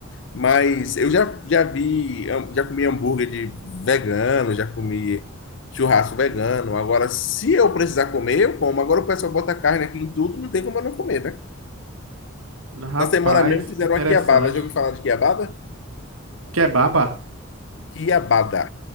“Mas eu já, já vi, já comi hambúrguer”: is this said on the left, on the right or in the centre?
Left